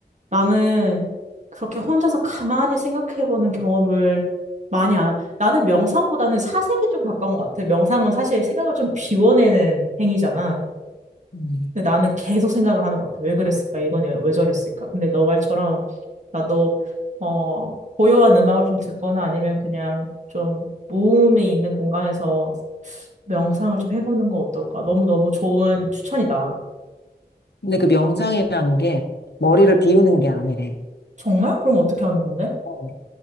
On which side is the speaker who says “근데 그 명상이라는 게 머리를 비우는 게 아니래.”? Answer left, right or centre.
Left